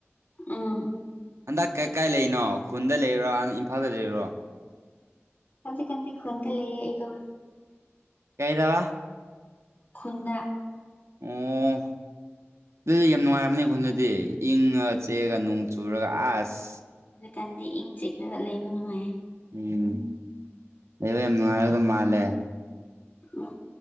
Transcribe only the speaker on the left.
ꯑꯥ
ꯀꯥꯟꯖꯤ ꯀꯥꯟꯗꯛ ꯈꯟꯗ ꯂꯩꯦ ꯏꯗꯣ
ꯈꯨꯟꯗ
ꯀꯟꯗꯤ ꯏꯪ ꯆꯤꯛꯂꯒ ꯂꯩꯕ ꯅꯨꯡꯉꯥꯏꯌꯦ
ꯎꯝ